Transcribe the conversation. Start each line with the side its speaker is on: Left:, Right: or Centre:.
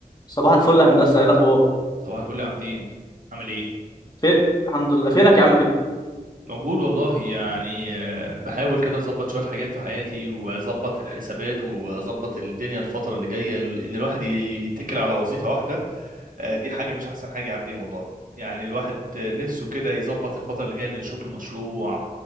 Left: صباح الفل يا هندسة ايه الأخبار؟
Right: صباح الفل يا عابدين عامل ايه
Left: في الحمد لله فينك يا عم كده؟
Right: موجود والله يعني آه، بحاول كده اظبط شويه حاجات في حياتي واظبط الحسابات واظبط الدنيا الفتره اللي جايه ان الواحد يتكل على وظيفه واحده آه، دي حاجه مش احسن حاجه يا عابدين والله يعني الواحد نفسه كده يظبط الفتره اللي جايه انه يشوف له مشروع